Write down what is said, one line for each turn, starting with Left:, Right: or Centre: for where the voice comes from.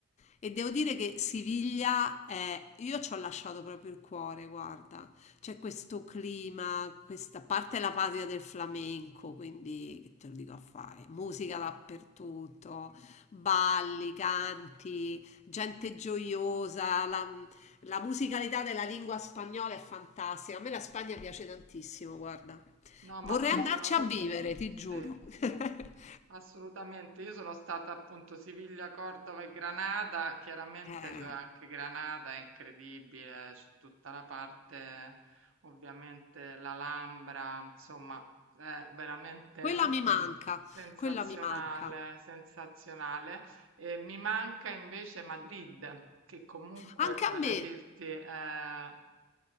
Left: E devo dire che Siviglia è, io ci ho lasciato proprio il cuore, guarda, c'è questo clima, questa a parte è la patria del flamenco, quindi che te lo dico a fare, musica dappertutto, balli, canti, gente gioiosa, la- la musicalità della lingua spagnola è fantastica. A me la Spagna piace tantissimo, guarda.
Right: no,
Left: Vorrei
Right: ma poi
Left: andarci
Right: sono...
Left: a vivere, ti
Right: Sì.
Left: giuro. <laughs>
Right: Assolutamente, io sono stata appunto Siviglia, Cordova e Granada, chiaramente
Left: Eh,
Right: c'è anche Granada, è incredibile, c'è tutta la parte, ovviamente l'Alhambra, insomma, è veramente
Left: quella mi manca,
Right: sensazionale,
Left: quella mi manca.
Right: sensazionale. E mi manca invece Madrid, che comunque,
Left: Anche
Right: voglio
Left: a me.
Right: dirti, è